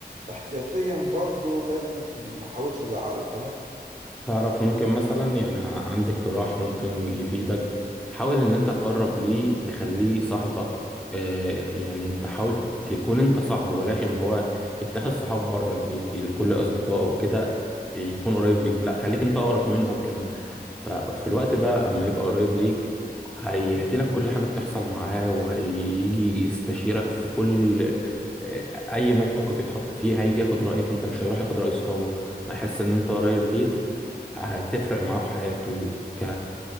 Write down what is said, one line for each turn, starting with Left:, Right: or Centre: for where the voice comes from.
Right: احتياطيا برضه لازم ما احاولش ازعله فاهم
Centre: تعرف ممكن مثلا يعني عندك اقتراح ممكن يفيدك حاول ان انت تقرب ليه تخليه صاحبك آه يعني انت حاول تكون انت صاحبه بلاش ان هو يتخذ صحاب بره البيت لكل اصدقائه وكده يكون قريب ليهم لا خليك انت اقرب منهم كمان ففي الوقت ده اما يبقى قريب ليك هيحكي لك كل حاجة بتحصل معاه وهيجي يستشيرك في كل آه، اي موقف يتحط فيه هيجي ياخد رأيك انت مش هيروح ياخد رأي صحابه ما يحس ان انت قريب ليه هتفرق معاه في حياته ك...